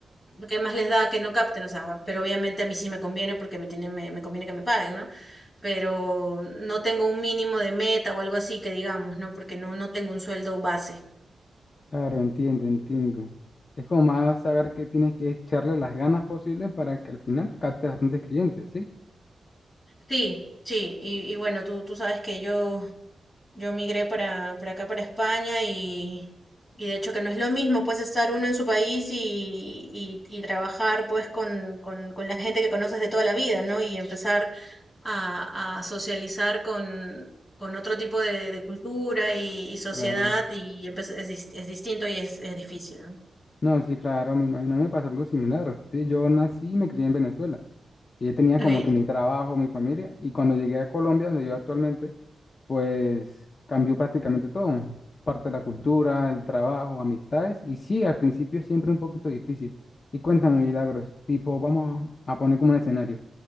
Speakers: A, on the left (about 20°); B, on the left (about 45°).
A: ¿qué más les da que no capten? O sea, pero obviamente a mí sí me conviene porque me tienen, me, me conviene que me paguen, ¿no? Pero no tengo un mínimo de meta o algo así que digamos, ¿no? Porque no, no tengo un sueldo base.
B: Claro, entiendo, entiendo. Es como más saber que tienes que echarle las ganas posibles para que al final captes bastantes clientes, ¿sí?
A: Sí, sí, y, y bueno, tú, tú sabes que yo Yo migré para, para acá, para España, y, y de hecho que no es lo mismo, pues estar uno en su país y, y, y trabajar pues con, con, con la gente que conoces de toda la vida, ¿no? Y empezar a, a socializar con, con otro tipo de, de cultura y, y sociedad,
B: Claro.
A: y empe- es, dis- es distinto y es, es difícil, ¿no?
B: No, sí, claro, me imagino, me pasó algo similar. Sí, yo nací y me crié en Venezuela. Y yo tenía como
A: Okay.
B: que mi trabajo, mi familia. Y cuando llegué a Colombia, donde yo actualmente, pues cambió prácticamente todo, parte de la cultura, el trabajo, amistades, y sí, al principio es siempre un poquito difícil. Y cuéntame, Milagros, tipo, vamos a poner como un escenario.